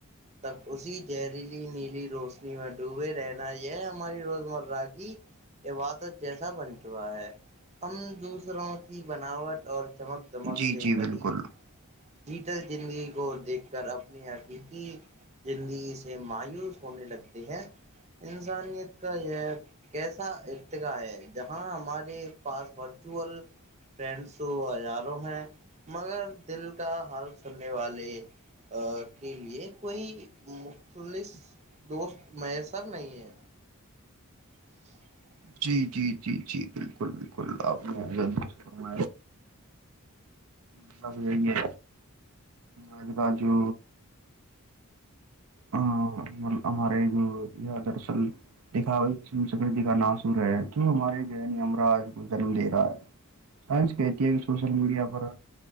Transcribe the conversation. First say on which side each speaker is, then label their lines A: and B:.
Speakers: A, on the right; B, on the right.
A: تک اسی زہریلی نیلی روشنی کنی میں ڈوبے رہنا یہ ہماری روزمرہ کی عبادت جیسا بن چکا ہے ہم دوسروں کی بناوٹ اور چمک دمک
B: جی
A: سے
B: جی
A: بڑی
B: بالکل
A: ڈجیٹل زندگی کو دیکھ کر اپنی عقیقی زندگی مایوس ہونے لگتے ہیں انسانیت کا یہ کیسا ایک ہے جہاں ہمارے پاس ورچوئل فرینڈ سو ہزاروں ہیں مگر دل کا حال سننے والے کے لیے کوئی مختلس دوست میسر نہیں ہے <inaudible>
B: جی جی جی جی بالکل بالکل آپست فم مطلب یہی ہے اج کل جو ا ہمارے جو درصل دکھاوسکرتی کا نا سور ہے تو ہمارے جین مراج کو جنم دے رہا ہے سائنس کہتی ہے بھی سوشل میڈیا پر